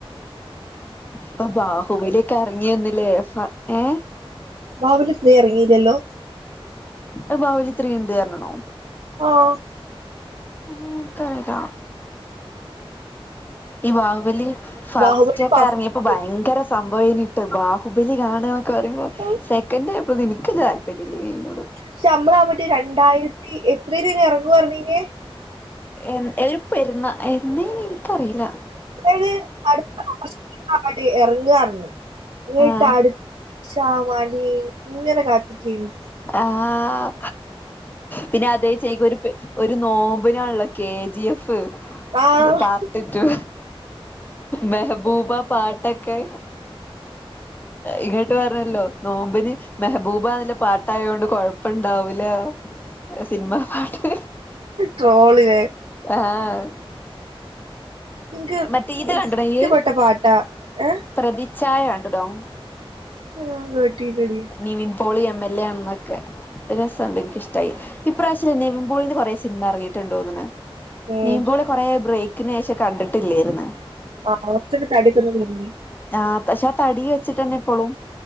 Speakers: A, on the left (about 20°); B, on the right (about 70°).
A: പ്പ ബാഹുബലിയൊക്കെ എറങ്ങ്യന്ന്ലേ ഫ ഏഹ്
B: ബാഹുബലി ത്രീ എർങ്ങീല്ലല്ലോ?
A: അത് ബാവുലി ത്രീ ഇണ്ട് അർഞ്ഞ്ണോ
B: ഓഹ്
A: ഉം ഇൻക്കറീല ഈ ബാഹുബലി ഫസ്റ്റ്
B: ബാഹുബലി
A: ഒക്കെ
B: ഫാസ്റ്റ്
A: എർങ്ങിയപ്പോ ഭയങ്കര സംഭവേനിട്ടോ ബാഹുബലി കാണാക്കെ പറിമ്പോ
B: ആഹ്
A: സെക്കന്റെ ആയപ്പോത്തിന് ഇൻക്ക് താൽ പ്പര്യ ഇല്ലെനി അയ്നോട്‌
B: ക്ഷെ അമ്മള <unintelligible> രണ്ടായിരത്തി എത്രേലേനി എറങ്ങു അർഞ്ഞീനേ
A: എന്ന് ഏതൊരു പെര്ന്നാ എന്നേനി ഇൻക്കറീല
B: ഏത് അടുത്ത ഓഗസ്റ്റ് <inaudible> എറങ്ങാർഞ്ഞേ ഇങ്ങട്ട്
A: ആഹ്
B: അടു ഷാവാണ്ടി ഇങ്ങനെ കാത്തിക്കേനു.
A: ആഹ് പിന്നെ അതേ ചേക്ക് ഒരു പെ ഒരു നോമ്പ്നാണല്ലോ കെ ജി എഫ്
B: ആഹ്
A: പാർട്ട് റ്റൂ മെഹബൂബ പാട്ടൊക്കെ ഇങ്ങട്ട് പറഞ്ഞല്ലോ നോമ്പിന് മെഹബൂബ ന്ന്ല്ല പാട്ടായോണ്ട് കൊഴപ്പംണ്ടാവൂല സിൻമാ പാട്ട്
B: ട്രോളിലെ
A: ആഹ്
B: ഇൻക്ക്
A: മറ്റേ ഇത്
B: ഇഷ്ടപ്പെട്ട
A: കണ്ട്ണോ ഇയ്യ്
B: പാട്ടാ ഏഹ്
A: പ്രതിഛായ കണ്ട്ടോ
B: അത് ഞാൻ കേട്ടീല്ലെടി
A: Nivin Pauly M L A ആന്നൊക്കെ അത് രസണ്ട് ഇൻക്ക് ഇഷ് ട്ടായി. ഇപ്രാവശ്യം നിവിൻപോളിന്റെ കൊറേ സിൻമ എറങ്ങിട്ട്ണ്ടോന്ന്ണ്.
B: ഉം
A: നിവിമ്പോളി കൊറേ ബ്രേക്കിനേഷം കണ്ടിട്ടില്ലേയിര്ന്ന്.
B: ആഹ് കൊർച്ചെക്കെ തടിയൊക്കെ ഒന്ന് കൊർഞ്ഞീ
A: ആഹ് പക്ഷെ ആ തടി വെച്ചിട്ടന്നെ ഇപ്പളും